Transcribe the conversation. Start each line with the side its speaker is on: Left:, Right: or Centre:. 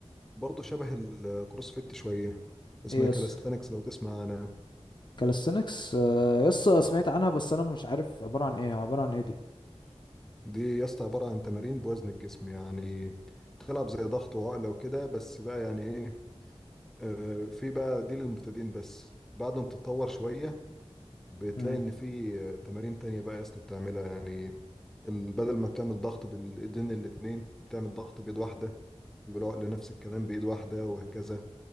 Centre: برضو شبه الكروسفيت شويه اسمها
Left: ايه
Centre: كالستانكس
Left: يس
Centre: لو تسمع انا
Left: كاليستنكس آه، يس سمعت عنها بس انا مش عارف عبارة عن ايه عبارة عن ايه دي
Centre: دي يا اسطى عبارة عن تمارين بوزن الجسم يعني تلعب زي ضغط وعقلة وكده بس بقى يعني ايه آه، في بقى دي للمبتدئين بس بعد ما بتتطور شوية بتلاقي
Left: مم.
Centre: ان في آه، تمارين تانية بقى يا اسطى بتعملها يعني ال- بدل ما بتعمل ضغط بالايدين الاتنين بتعمل ضغط بايد واحدة والعقلة نفس الكلام بايد واحدة وهكذا